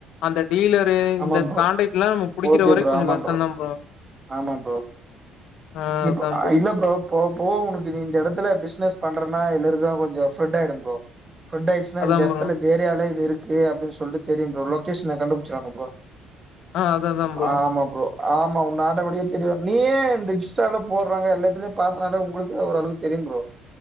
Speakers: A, on the left; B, on the right.
A: அந்த டீலரு
B: ஆமா
A: இந்த
B: ப்ரோ
A: காண்டக்ட்லா நம்ம புடிக்கிற
B: ஓகே
A: வரை
B: ப்ரோ
A: கொஞ்ச
B: ஆமா
A: கஷ்டந்தா ப்ரோ
B: ஆமா ப்ரோ
A: ஆ
B: இப்ப
A: அதா
B: இல்ல ப்ரோ போ போவ உனக்கு நீ இந்த எடத்துல ப்ஸ்னஸ் பண்றனா எல்லாருக்கு கொஞ்ச ஸ்ப்ரட் ஆயிடு ப்ரோ ஃப்ரட் ஆயிடுச்சுனா
A: அதா
B: இந்த எடத்துல
A: ப்ரோ
B: இந்த ஏரியலா இது இருக்கு அப்டின் சொல்ட்டு தெரியும் ப்ரோ லொகேஷன கண்டுபுடுச்சுருவாங்க ப்ரோ
A: ஆ அது அதா ப்ரோ
B: ஆமா ப்ரோ ஆமா உன்ன ஆட்டோமேட்டிக்கா தேடி வரு நீயே இந்த இன்ஸ்டால போட்றாங்க எல்லாத்துலையு பாத்தனாலே உங்களுக்கு ஒரு அளவுக்கு தெரியு ப்ரோ